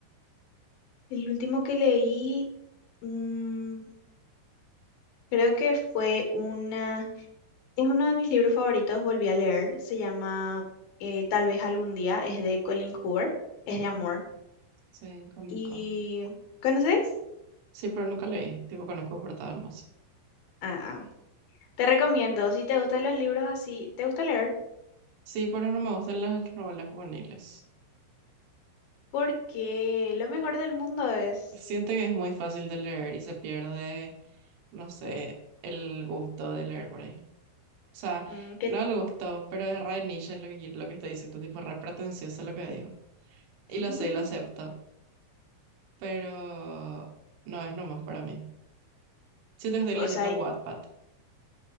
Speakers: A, on the left; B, on the right.
A: el último que leí, mm, creo que fue una, es uno de mis libros favoritos, volví a leer, se llama eh, Tal vez algún día, es de Colin Hoover, es de amor.
B: Ah, Sí, conozco.
A: ¿Y conoces?
B: Sí, pero nunca leí, tipo conozco portada nomás.
A: Ah, te recomiendo, si te gustan los libros así, ¿te gusta leer?
B: Sí, pero no me gustan las novelas juveniles.
A: Porque lo mejor del mundo es
B: Siento que es muy fácil de leer y se pierde, no sé, el gusto de leer por ahí. O sea,
A: mm, que,
B: no le gustó, pero es re niche lo que, lo que estoy diciendo, tipo re pretencioso lo que digo. Y
A: <laughs>
B: lo sé, lo acepto, pero no es nomás para mí. Siento que estoy
A: o
B: leyendo
A: sea,
B: Wattpad.
A: y-